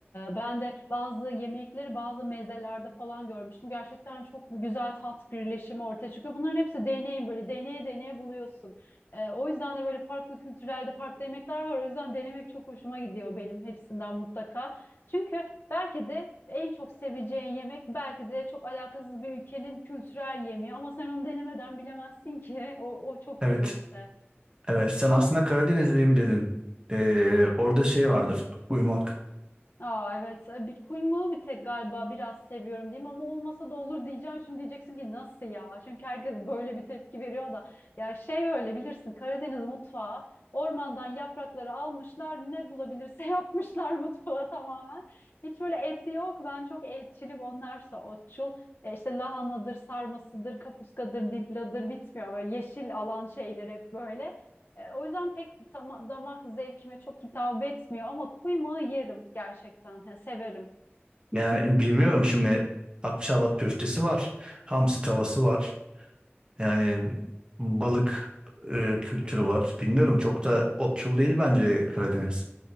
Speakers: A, on the left; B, on the right.
A: ben de bazı yemekleri bazı mezelerde falan görmüştüm. Gerçekten çok güzel tat birleşimi ortaya çıkıyor. Bunların hepsi deneyim böyle deneye deneye buluyorsun. Ee, o yüzden de böyle farklı kültürlerde farklı yemekler var. O yüzden denemek çok hoşuma gidiyor benim hepsinden mutlaka. Çünkü belki de en çok seveceğin yemek belki de çok alakasız bir ülkenin kültürel yemeği ama sen onu denemeden bilemezsin ki. <laughs> O, o çok
B: Evet.
A: iyi işte.
B: Evet, sen aslında Karadenizliyim dedin. Ee, orada şey vardır, uyumak.
A: Aa evet E, Bitcoin bir tek galiba biraz seviyorum diyeyim ama olmasa da olur diyeceğim. Şimdi diyeceksin ki nasıl ya? Çünkü herkes böyle bir tepki veriyor da. Ya şey böyle bilirsin Karadeniz mutfağı ormandan yaprakları almışlar ne bulabilirse <laughs> yapmışlar mutfağa tamamen. Hiç böyle eti yok. Ben çok etçilim onlarsa otçul. E, işte lahanadır, sarmasıdır, kapuskadır, dipladır bitmiyor. Böyle yeşil alan şeyler hep böyle. E, o yüzden pek dama- damak zevkime çok hitap etmiyor ama kuymağı yerim gerçekten. Ya, severim.
B: Yani bilmiyorum şimdi Akçaabat köftesi var, hamsi tavası var. Yani balık e, kültürü var. Bilmiyorum çok da otçul değil bence Karadeniz.